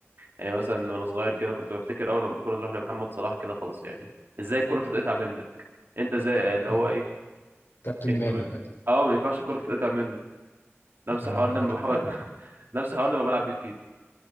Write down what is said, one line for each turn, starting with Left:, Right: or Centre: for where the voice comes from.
Right: يعني مثلا وانا صغير كده كنت بفتكر اول لما الكوره تروح لمحمد صلاح كده خلاص يعني ازاي الكوره تتقطع منك انت ازاي اللي
Left: اه
Right: هو ايه
Left: كابتن ماجد
Right: الكورة-
Left: بقى
Right: اه ما ينفعش الكوره تتقطع منه نفس
Left: اه
Right: الحوار لما
Left: لكن
Right: بحاول
Left: آه.
Right: <laughs> نفس الحوار لما بلعب بيه فيفا